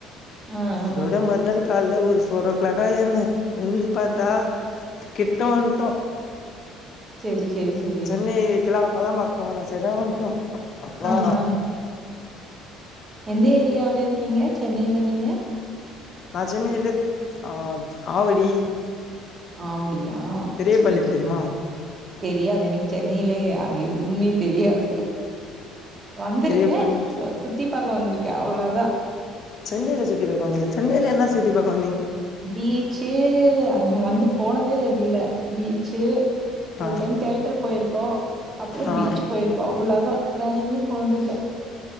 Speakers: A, on the right; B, on the left.
A: ஆ ஆ
B: அதோட மறுநாள் கால்ல ஒரு ஃபோர் ஓ க்ளாக்தா எழ்ந்தே எழ்ந்து பாத்தா கிட்ட வன்டோ
A: சேரி சேரி சேரி
B: சென்னை கிளாம்பாக்கோலா பக்கோ உள்ள சைடுலா வன்டோ அப்றோ
A: ஆஹா எந்த ஏரியாவுல இருக்கீங்க சென்னையில நீங்க
B: நா சென்னைல அ ஆவடி
A: ஆவுடியா
B: பெரியபாளையம்
A: செரி செரி
B: தெரியுமா
A: தெரியாது எனக் சென்னையில அ எதுவுமே தெரியாது வந்திருக்கே
B: பெரியபாளையம்
A: சுத்தி பாக்க வந்துருக்கே அவ்ளோதா
B: சென்னையில சுத்தி பாக்க வந்தீங்களா சென்னனயில என்ன சுத்தி பாக்க வந்
A: பீச்சு அது நா வந்து போனதே இல்ல பீச்சு
B: ஆ
A: ஒரு டைம் தியேட்டர் போயிருக்கோ அப்புறோ
B: ஆ
A: பீச் போயிருக்கோ அவ்ளோதா வேற எங்கயும் போனது இல்ல